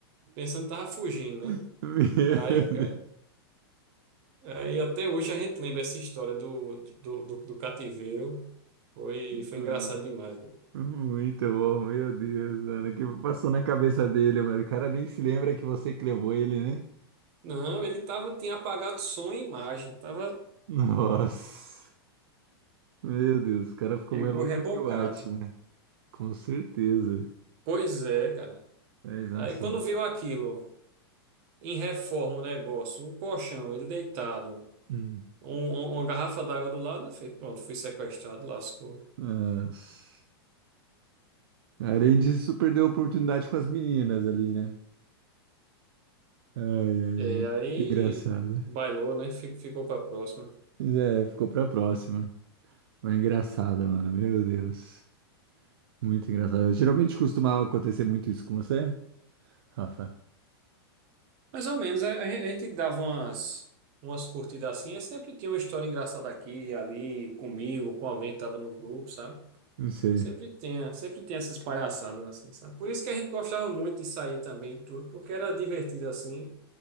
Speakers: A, on the right; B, on the right.
A: pensando que tava fugindo,
B: <laughs>
A: né?
B: Meu Deus.
A: Aí, cara, aí até hoje a gente lembra essa história do, do, do, do cativeiro. Foi, foi
B: Nossa.
A: engraçado demais, mano.
B: Muito bom, meu Deus, mano. O que passou na cabeça dele, mano? O cara nem se lembra que você que levou ele, né?
A: Não, ele tava, tinha apagado som e imagem, tava,
B: Nossa, meu Deus, o cara ficou
A: chegou
B: mais louco
A: rebocado.
B: que o Batman. Com certeza.
A: Pois é, cara.
B: Mas, nossa,
A: Aí quando
B: mano.
A: viu aquilo, em reforma o negócio, um colchão, ele deitado,
B: Hum.
A: um- um- uma garrafa d'água do lado, ele fez, pronto, fui sequestrado, lascou.
B: Nossa. Além disso, perdeu a oportunidade com as meninas ali, né? Ai, ai,
A: É,
B: ai,
A: aí
B: muito engraçado.
A: bailou, né? Fi- Ficou pra próxima.
B: Mas é, ficou pra próxima. Mas engraçada, mano, meu Deus. Muito engraçado. Geralmente costumava acontecer muito isso com você, Rafa?
A: Mais ou menos, a a gen- a gente dava umas, umas curtidas assim, e sempre tinha uma história engraçada aqui, ali, comigo, com alguém que tava no grupo, sabe?
B: Não sei.
A: Sempre tinha, sempre tem essas palhaçadas assim, sabe? Por isso que a gente gostava muito de sair também, e tudo, porque era divertido assim.